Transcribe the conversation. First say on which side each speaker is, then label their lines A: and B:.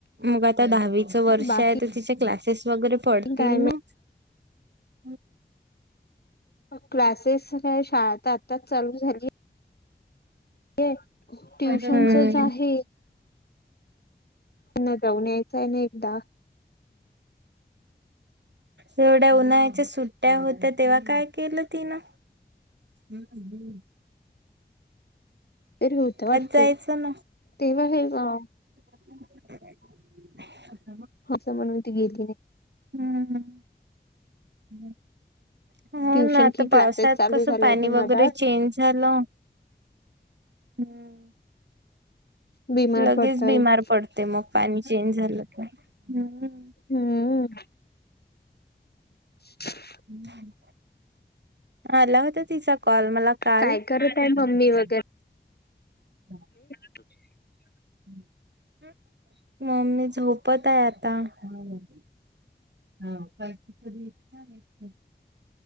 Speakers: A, on the right; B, on the left.
A: मग आता दहावीच व वर्षे
B: बाकी
A: आय ते तिचे क्लासेस वगैरे पडतील
B: काय माहित
A: ना, <unintelligible>
B: अ क्लासेस काय शाळा त आताच चालू झाली. <unintelligible> ट्युशनचच
A: हम्म.
B: आहे. पुन्हा जाऊन यायचं आणे एकदा
A: येवढ्या उन्हाळ्याच्या सुट्ट्या होत्या, तेव्हा काय केलं तिनं? हम्म हम्म.
B: तरी होत वाटते,
A: जायचं ना
B: तेव्हा हे अ
A: <unintelligible>
B: असं म्हणून ती गेली <unintelligible>
A: हम्म हम्म <unintelligible> हो
B: ट्युशन
A: ना आता
B: कि क्लासेस
A: पावसात
B: चालू
A: कसं
B: झाले
A: पाणी
B: होते मधात
A: वगैरे चेंज झालं. हम्म.
B: बिमार
A: लगेच
B: पडतात
A: बीमार पडते मग पाणी चेंज झालं की, हम्म
B: हम्म <inaudible>
A: हम्म आला होता तिचा कॉ कॉल मला काल,
B: काय करत आहे
A: हू
B: मम्मी
A: हू
B: वगैरे
A: <unintelligible>
B: <unintelligible>
A: हम्म हू, मम्मी झोपताय आता <unintelligible> ह <unintelligible> कधी येती काय माहिती,